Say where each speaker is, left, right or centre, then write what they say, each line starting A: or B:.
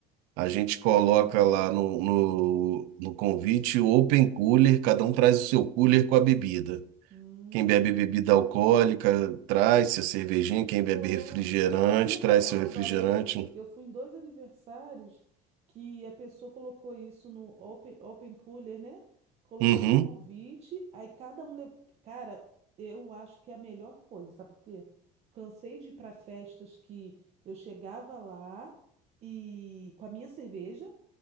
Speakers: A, on the right (about 75°); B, on the right (about 45°).
A: a gente coloca lá no, no, no convite o open cooler, cada um traz o seu cooler com a bebida.
B: Hum.
A: Quem bebe bebida alcoólica traz seu cervejinho, quem
B: Boa.
A: bebe refrigerante
B: Sabia que
A: traz
B: a moda
A: seu refrigerante.
B: agora é isso? Eu fui em dois aniversários que a pessoa colocou isso no open, open cooler, né? Colocou
A: Uhum.
B: no convite, aí cada um levou. Cara, eu acho que é a melhor coisa, sabe por quê? Cansei de ir para festas que eu chegava lá e com a minha cerveja,